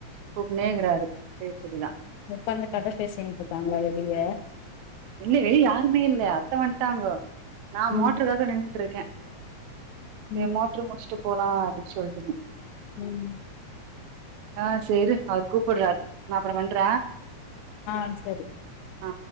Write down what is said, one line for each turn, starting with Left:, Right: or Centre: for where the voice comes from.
Right: கூப்னே இருக்காரு பேச்சுக்குதா
Left: உக்காந்து கத பேசிட்ருக்காங்க வெளிய
Right: இல்ல வெளிய யாருமே இல்ல அத்த வன்டாங்கொ நா
Left: ம்
Right: மோட்ருக்காக நின்ட்ருக்க சேரி
Left: ம்
Right: மோட்ரு முடிச்சுட்டு போலா அப்டின் சொல்ட நீ
Left: ம்
Right: ஆ சேரு அவர் கூப்புறாரு நா அப்ரொ பண்ற
Left: ஆ சேரி
Right: ஆ